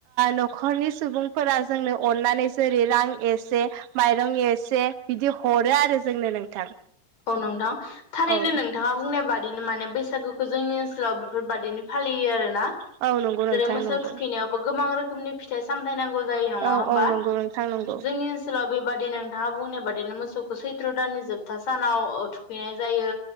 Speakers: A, on the right; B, on the left.
A: न'खरनि सुबुंफोरा जोंनो अननानै जेरै रां एसे माइरं एसे से बिदि हरो आरो जोंनो नोंथां।
B: औ नोंथां थारैनो
A: औ
B: नोंथाङा बुंनाय बादिनो माने बैसागो खो जोंनि ओनसोलाव बेफोरबादिनो फालियो आरोना
A: औ औ नंगौ नोंथां
B: जेरै मोसौ
A: नंगौ
B: थुखैनायावबो गोबां रोखोमनि फिथाइ सामथाय नांगौ जायो नङा
A: औ
B: होमबा
A: औ नंगौ नोंथां नंगौ
B: जोंनि ओनसोलाव बेबादि नोंथाङा बुंनाय बादिनो मोसौ खौ सैथ्र' दाननि जोबथा सानाव औ थुखैनाय जायो